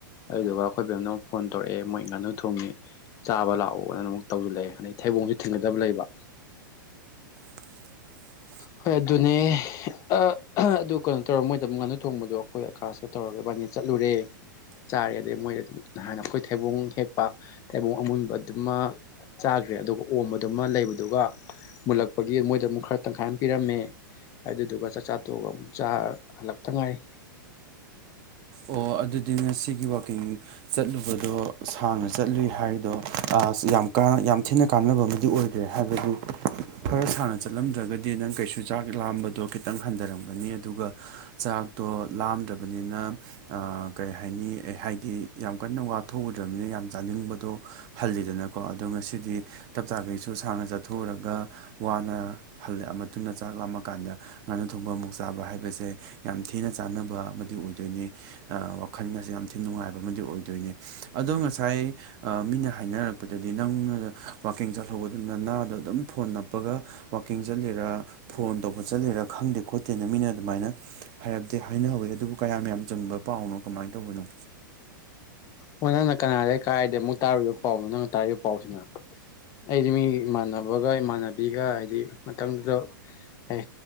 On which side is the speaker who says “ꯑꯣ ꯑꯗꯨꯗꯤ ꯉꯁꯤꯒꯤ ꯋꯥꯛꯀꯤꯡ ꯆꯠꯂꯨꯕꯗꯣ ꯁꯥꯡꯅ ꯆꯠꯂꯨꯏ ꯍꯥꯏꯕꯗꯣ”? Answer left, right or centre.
Right